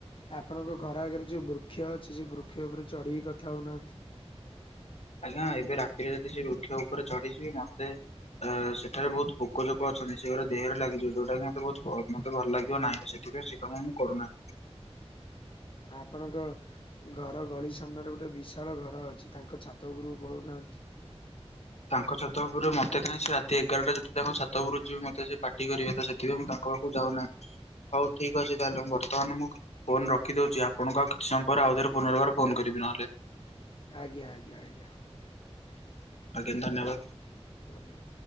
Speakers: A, on the left; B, on the left.
A: ଆପଣଙ୍କ ଘର ଆଗରେ ଯୋଉ ବୃକ୍ଷ ଅଛି, ସେ ବୃକ୍ଷ ଉପରେ ଚଢିକି କଥା ହଉନାହାନ୍ତି।
B: ଆଜ୍ଞା ଏବେ ରାତିରେ ଯଦି ସେ ବୃକ୍ଷ ଉପରେ ଚଢିଯିଵି ମତେ ଅ-ଅ-ଅ ସେଠାରେ ବହୁତ ପୋକ ଯୋକ ଅଛନ୍ତି। ସେଗୁରା ଦେହରେ ଲାଗିଯିବ ଯୋଉଟା କି ମତେ ବହୁତ ପ ମତେ ଭଲ ଲାଗିବ ନାହିଁ। ସେ ଠିକ ଅଛି କାମ ମୁଁ କରୁନା।
A: ଆପଣଙ୍କ ଘର ଗଳି ସାମ୍ନାରେ ଗୋଟେ ବିଶାଳ ଘର ଅଛି। ତାଙ୍କ ଛାତ ଉପରକୁ ପଳଉନାହାନ୍ତି।
B: ତାଙ୍କ ଛାତ ଉପରକୁ ମତେ କାଇ ସିଏ ରାତି ଏଗାରଟା ଯଦି ତାଙ୍କ ଛାତ ଉପରକୁ ଯିବି ମତେ ସେ ପାଟି କରିବେ ସେ ଥିପାଇଁ ମୁଁ ତାଙ୍କ ପାଖକୁ ଯାଉନାହିଁ। ହଉ ଠିକ୍ ଅଛି ତାହେଲେ ମ ବର୍ତ୍ତମାନ ମୁଁ ଫୋନ ରଖିଦଉଛି ଆପଣଙ୍କୁ ଆଉ କିଛି ସମୟ ପରେ ଆଉଥରେ ପୁନର୍ବାର ଫୋନ କରିବି ନହେଲେ।
A: ଆଜ୍ଞା ଆଜ୍ଞା ଆଜ୍ଞା।
B: ଆଜ୍ଞା ଧନ୍ୟବାଦ।
A: ଧନ୍ୟବାଦ।